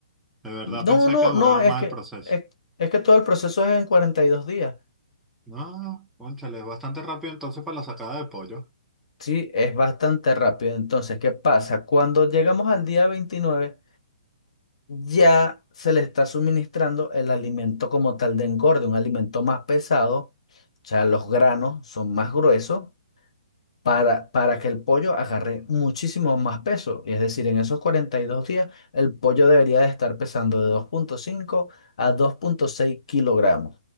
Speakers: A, in the centre; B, on the left.
A: De verdad
B: No,
A: pensé
B: no,
A: que duraba
B: no, es
A: más
B: que,
A: el proceso.
B: es, es que todo el proceso es en 42 días.
A: No, cónchale, es bastante rápido entonces para la sacada de pollo.
B: Sí, es bastante rápido. Entonces, ¿qué pasa? Cuando llegamos al día 29, ya se le está suministrando el alimento como tal de engorde, un alimento más pesado. O sea, los granos son más gruesos para, para que el pollo agarre muchísimo más peso. Y es decir, en esos 42 días, el pollo debería de estar pesando de dos punto cinco a dos punto seis kilogramos.